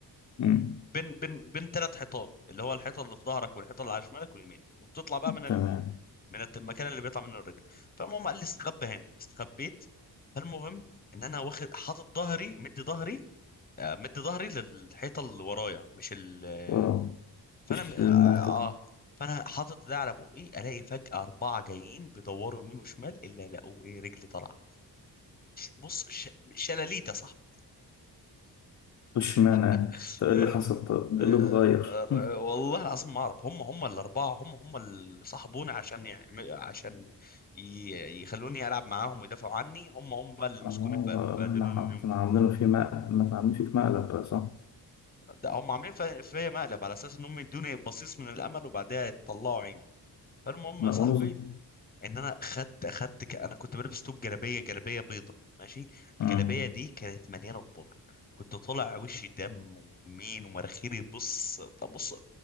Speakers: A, on the left (about 50°); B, on the left (about 25°).
A: امم
B: بين بين بين ثلاث حيطان اللي هو الحيطه اللي في ظهرك والحيطه اللي على شمالك واليمينك وبتطلع بقى من ال...
A: تمام
B: من المكان اللي بيطلع منه الرجل فالمهم قال لي استخبى هنا استخبيت فالمهم ان انا واخد حاطط ظهري مدي ظهري آه، مدي ظهري للحيطه اللي ورايا مش ال آه،
A: اه
B: فانا
A: مش
B: م- اه
A: المكتب
B: آه. فانا حاطط ده على بقي الاقي فجاه اربعه جايين بيدوروا يمين وشمال الا لقوا ايه رجلي طالعه بص ش... شلاليت يا صاحبي
A: مش معنى
B: <laughs>
A: طب
B: آه،
A: ايه اللي حصل طب ايه
B: آه،
A: اللي اتغير
B: آه،
A: مم.
B: والله العظيم ما اعرف هم هم الاربعه هم هم اللي صاحبوني عشان يعمل عشان ي- يخلوني العب معاهم ويدافعوا عني هم هم بقى اللي
A: اه
B: مسكوني ب- بهدلوني
A: ما
B: اليوم
A: كانوا
B: ده
A: عاملينه في مقلب ما كانوا عاملين فيه في مقلب بقى صح؟
B: ده هم عاملين في- فيا مقلب على اساس ان هم يدوني بصيص من الامل وبعدها يطلعوا عيني فالمهم
A: لا
B: يا صاحبي
A: وانا صغير
B: ان انا خدت خدت ك... انا كنت بلبس توب جلابيه جلابيه بيضه ماشي
A: مم.
B: الجلابيه دي كانت مليانه غبار كنت طالع وشي دم ومين ومراخيري بص طب بص